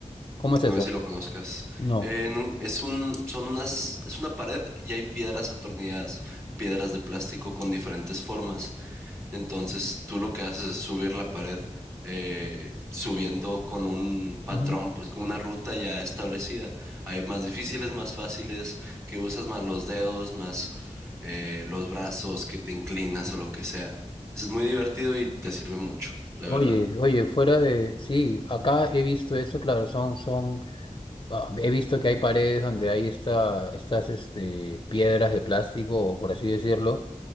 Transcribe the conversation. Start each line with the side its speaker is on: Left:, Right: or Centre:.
Left: ¿Cómo es
Right: No
Left: eso?
Right: sé si lo conozcas.
Left: No.
Right: Eh, en es un, son unas, es una pared y hay piedras atornilladas, piedras de plástico con diferentes formas. Entonces tú lo que haces es subir la pared, eh, subiendo con un patrón,
Left: Ujú.
Right: pues con una ruta ya establecida. Hay más difíciles, más fáciles, que usas más los dedos, más eh, los brazos, que te inclinas o lo que sea. Es muy divertido y te sirve mucho, la verdad.
Left: Oye, oye, fuera de... Sí, acá he visto eso, claro, son, son Ah, He visto que hay paredes donde hay esta, estas este, piedras de plástico, o por así decirlo,